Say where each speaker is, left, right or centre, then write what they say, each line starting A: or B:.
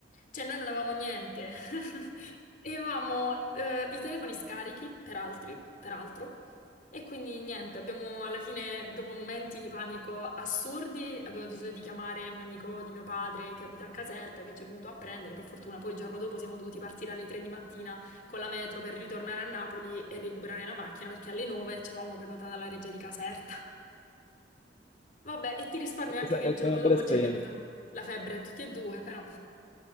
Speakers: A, on the left (about 50°); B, on the left (about 30°).
A: Cioè, noi non avevamo niente. <laughs> E avevamo eh, i telefoni scarichi per altri, peraltro, e quindi niente, abbiamo alla fine, dopo momenti di panico assurdi, abbiamo deciso di chiamare un amico di mio padre che abita a Caserta, che ci è venuto a prendere, per fortuna poi il giorno dopo siamo dovuti partire alle 3 di mattina con la metro per ritornare a Napoli e recuperare la macchina, perché alle 9 ci avevamo prenotata la reggia di Caserta. Vabbè, e ti risparmio anche
B: È stata
A: che il
B: è
A: giorno
B: stata una
A: dopo
B: bella esperienza.
A: ci è venuta la febbre a tutti e due, però.